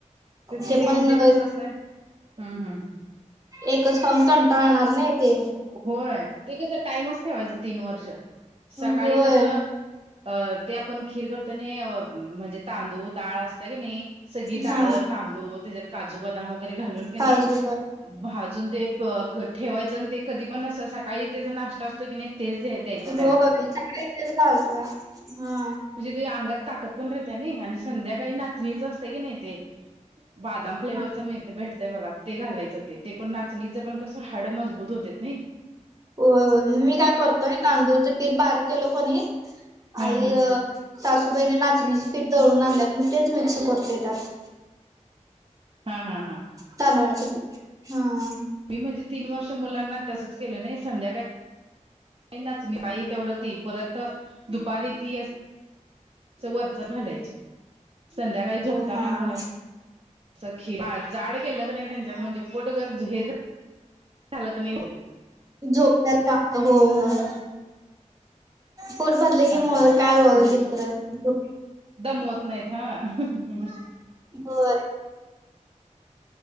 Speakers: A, on the right; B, on the right.
A: तेच कि
B: ते पण
A: म्हणजे कसं असतंय हम्म हम्म हम्म.
B: एकच खाऊन कंटाळणार नाही ते
A: होय ते कस टाइमच ठेवायचं तीन वर्ष सकाळी
B: होय
A: कस अ ते आपण खीर करताना म्हणजे तांदूळ डाळ असत का नाही सगळी
B: हा
A: डाळं तांदू त्याच्यात काजू बदाम वगैरे घालून का
B: काजू
A: नाही
B: बर
A: भाजून ते ठेवा ते कधी पण अस सकाळी ते नाश् असतो की नाही तेच द्यायचं त्याला
B: होय सगळी इेच घालतोय हा
A: म्हणजे ते अंगात ताकद पण राहत्याने आणि संध्या काही नाचणीच असते की नाही ते बदाम फ्लेवरच
B: हा
A: भेटतय बघात ते घालायचं ते पण नाचणीचं पण कसं हाड मजबूत होते नाही
B: हो मी काय करतोय तांदूळच पीठ बारीक केलं कोणी
A: हा
B: आई,
A: हा
B: सासूबाईने नाचणीचे पीठ दळून आणल्यात, मग तेच मिक्स करतोय त्यात
A: हा, हा, हा.
B: तांदळाचं, हा.
A: म्हणजे तीन वर्ष मुलाना तसंच केल नाही, संध्याकाळी <unintelligible> तेवढं ती परत दुपारी ती वरच घालायची, संध्याकाळी झोपताना
B: होय हा
A: आपण
B: हा
A: अस खीर, जाड केेलं क नाही त्यांच्यात म्हणजे, पोटगच हे झाल क नाही तरी
B: झोपत्यात शांत, हो हो. पोट भरल की,
A: असं
B: काय
A: म्हणजे
B: हे करत
A: दमवत नाहीत हा.
B: होई